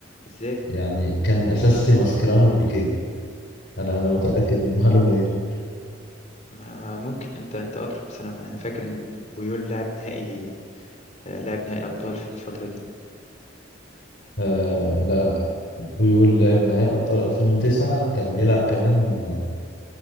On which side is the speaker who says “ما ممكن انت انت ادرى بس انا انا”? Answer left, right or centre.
Left